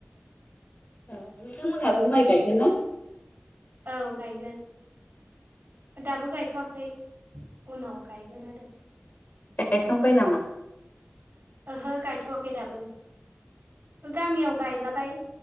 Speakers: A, on the left; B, on the right.
A: औ नोंथांमोनहाबो माइ गायगोन ना?
B: औ गायगोन दाबो गायथ'वाखै उनाव गायगोन आरो
A: गायखांबाय नामा।
B: ओहो गायथ'वाखै दाबो गामियाव गायलाबाय।